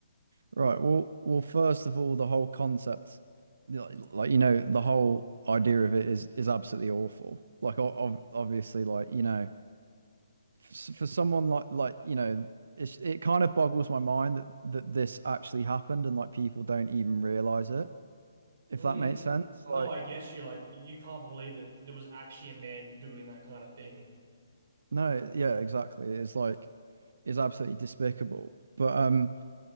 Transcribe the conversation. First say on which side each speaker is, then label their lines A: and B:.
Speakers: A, on the right; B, on the right.
A: Right. Well, well. First of all, the whole concept, like, like, you know, the whole idea of it is is absolutely awful. Like, o- ob- obviously, like you know, f- for someone like like you know, it's, it kind of boggles my mind that that this actually happened and like people don't even realize it. If
B: Mm.
A: that makes sense.
B: No,
A: Like,
B: I get you. Like, you can't believe that there was actually a man doing that kind of thing.
A: no, yeah, exactly. It's like it's absolutely despicable. But um,